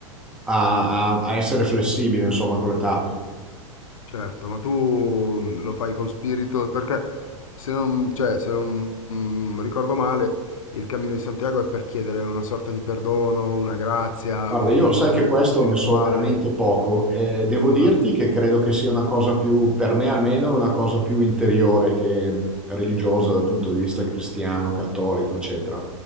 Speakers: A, in the centre; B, on the left.
A: a- a essere flessibile, insomma, con le tappe.
B: Certo, ma tu mm, lo fai con spirito, perché se non, cioè, se non mm, ricordo male, il cammino di Santiago è per chiedere una sorta di perdono, una grazia,
A: Guarda,
B: un,
A: io sai
B: un cammino
A: che questo
B: spirituale.
A: ne so veramente poco e devo dirti
B: Ah,
A: che credo che sia una cosa più, per me almeno, una cosa più interiore che religiosa dal punto di vista cristiano, cattolico, eccetera.